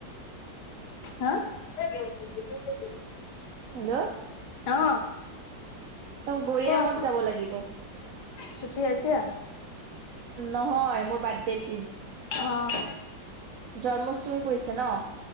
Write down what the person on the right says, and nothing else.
হেল্ল <unintelligible>
ত গৰিয়া
মদ যাব লাগিব।
নহয় মোৰ বাৰ্থডেৰ দিন।
জন্মাষ্টমী পৰিছে নহঁ।